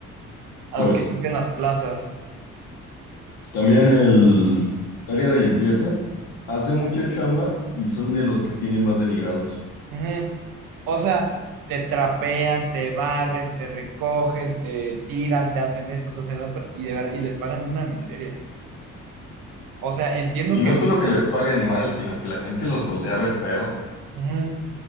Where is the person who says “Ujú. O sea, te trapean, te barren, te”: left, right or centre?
Right